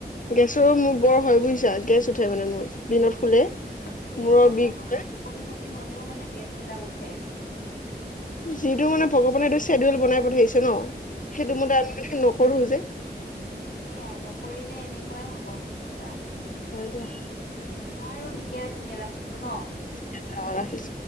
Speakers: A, on the left (about 50°); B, on the left (about 70°).
A: গেছৰো মোৰ বৰ হয় বুজিছা গেছ উঠে মানে মোৰ। দিনত শুলে
B: উম এই
A: মূৰৰ
B: সোপা কাৰণে
A: বিষ হয়,
B: টোপনি হ'লেও মানে গেছবিলাক উঠে।
A: যিটো মানে ভগৱানে স্বেডিউল বনাই পঠিছে ন সেইটো মতে আমি মানে নকৰো যে
B: এয়া নকৰিলে এনেকুৱাই হব বুজিছা
A: হয় দিয়া
B: বাৰু ঠিকে আছে দিয়া ৰাখিছো ন।
A: ঠিক আছে অ ৰাখিছো